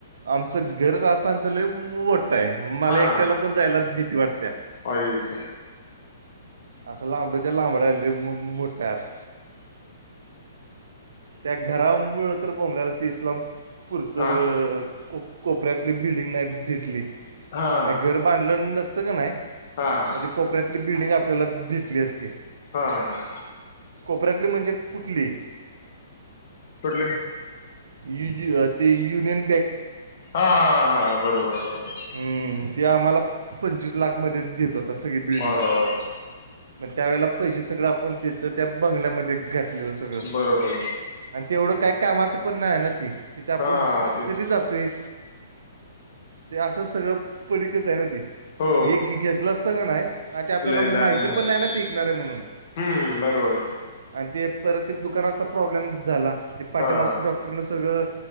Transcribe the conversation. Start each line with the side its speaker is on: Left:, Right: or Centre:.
Right: आमचं घर आसानचं लई मोटय माला
Left: हा
Right: एकट्याला
Left: हा
Right: पण जायला भीती वाट
Left: आई स
Right: अस लामडच्या लाबड आहे लई मो मोटात त्या घरामुळं तर बोमल्याला तीसला पुरच
Left: हा
Right: को कोपऱ्यातली बिल्डींग नाही भेटली.
Left: हा
Right: नाही घर बांधलं नसतं का नाही?
Left: हा हा
Right: म ते कोपऱ्यात ली बिल्डिंग आपल्याला भेटली असती,
Left: हा
Right: कोपऱ्यातली म्हणजे कुठली?
Left: कुठले?
Right: यी जी ते युूनियन
Left: हा, हा, हा, हा बरोबर, बरोबर.
Right: हं, ते आम्हाला पंचवीस लाख मध्ये देत होतं. त सगळी बिल्डिंग
Left: अर अर
Right: पण त्यावेेळेला पैसे सगळं आपण देत त्या बंगल्यामध्ये घर घेतले लं सगळं
Left: बरोबर
Right: आणि ते एवढं काही कामाचं पण नाही आहे ना ते. तिथं आपुण
Left: हा
Right: क
Left: तेच
Right: कधी जातोय ते असं सगळं पडीकच आहे ना ते,
Left: हो
Right: म हे घेतलं असतं का नाय काय ते आपल्याला
Left: लय
Right: माहिती
Left: लाईफ झालं
Right: पण नाही ना ते ईकणार आहे म्हणून.
Left: हम्म बरोबर
Right: आणि ते परत ते दुकानाचा प्रॉब्लेम झाला ते पाठीमागचं
Left: हा
Right: डॉक्टरनं सगळं